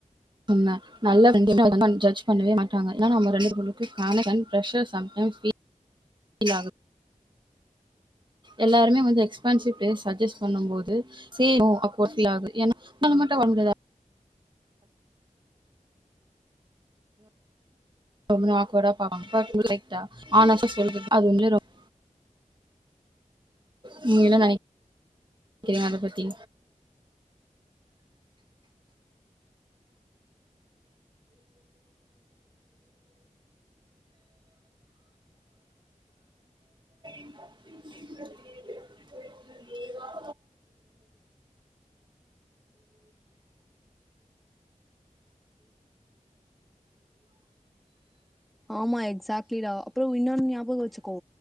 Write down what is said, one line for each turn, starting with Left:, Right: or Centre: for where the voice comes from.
Right: என்ன நல்ல ஃபிரெண்ட் எப்பவுமே ஜட்ஜ் பண்ணவே மாட்டாங்க, ஏன்ன நம்ம ரெண்டு <unintelligible> ஃப்ரெஷ்ர்ஸ் சம்டைம் ஃபீல் ஆகும். எல்லாருமே வந்து எக்ஸ்பேன்சிவ் பிளேஸ் சஜெஸ்ட் பண்ணும் போது இது சே நோ அப் ஒன் ஃபீல்லாது ஏன்னா நம்ம மட்டும் வாழமுடியாது நம்ல ஆக்வார்டா பாப்பாங்க பட் யூ லைக் தட் ஹான்ஸ்டா செல்வது அது உண்மையில ரொம் நீங்க என்ன நெனைக் கிறீங்க அத பத்தி <unintelligible>
Centre: ஆமா எக்ஸாட்லிடா அப்புறம் இன்னொன் ஞாபகம் வச்சுக்கோ